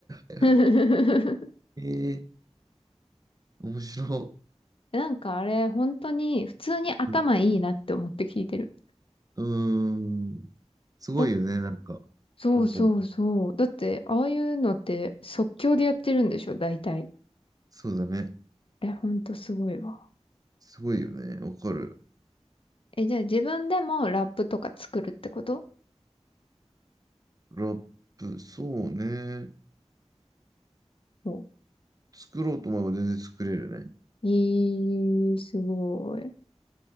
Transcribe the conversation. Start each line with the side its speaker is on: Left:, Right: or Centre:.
Right: いはい。
Left: <laughs>
Right: <laughs> ええー、面白
Left: なんかあれ、本当に普通に頭いいなって思って聞いてる。
Right: い。うん。うーんすごいよね、
Left: だ、
Right: なんか。
Left: そうそうそう。
Right: ポンポン。
Left: だって、ああいうのって即興でやってるんでしょ、大体。
Right: そうだね。
Left: え、ほんとすごいわ。
Right: すごいよね。わかる。
Left: え、じゃあ自分でもラップとか作るってこと
Right: ラップ、そうね。
Left: お
Right: 作ろうと思えば全然作れるね。
Left: いい、すごい。